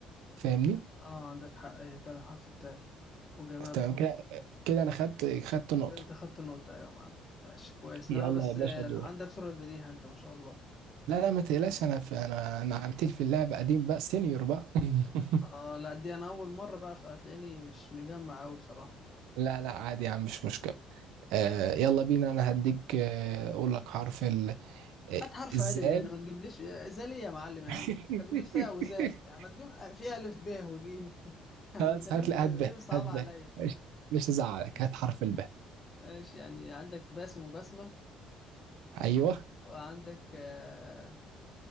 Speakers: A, on the right; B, on the left.
A: فاهمني
B: اه عندك حق اي فعلا حرف التاء وجماد
A: تمام
B: بقى.
A: كده كده أنا خدت خدت نقطة
B: كده انت خدت النقطة ايوه يا معلم ماشي كويس
A: يلا
B: لا بس
A: يا باشا
B: آه،
A: دور
B: عندك سرعة بديهة انت ما شاء الله
A: لا لا ما تقلقش أنا في... أنا أنا عن تلف اللعب قديم بقى سينيور بقى <laughs>
B: اه لا دي انا اول مرة بقى فهتلاقيني مش مجمع قوي بصراحة
A: لا لا عادي يا عم مش مشكلة آه يلا بينا انا هديك آه اقول لك حرف ال آه،
B: هات حرف
A: ازاي
B: عدل يعني ما تجيبليش آه، زال ايه يا معلم يعني
A: <laughs>
B: انت بتجيب تاء وزال يعني ما تجيب آه، في الف ب وجيم <laughs> يعني
A: خلاص
B: انت ليه
A: هات لا
B: بت... ليه
A: هات ب
B: بتصعب
A: هات ب
B: عليا
A: مش مش هزعلك هات حرف الب
B: ماشي يعني عندك باسم وبسمة
A: ايوه
B: وعندك آه،